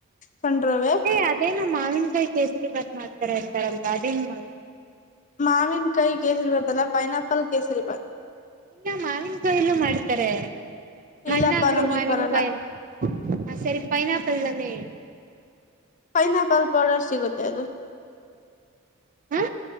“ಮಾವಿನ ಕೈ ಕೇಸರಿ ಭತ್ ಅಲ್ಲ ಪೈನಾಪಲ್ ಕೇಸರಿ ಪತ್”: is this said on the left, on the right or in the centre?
Left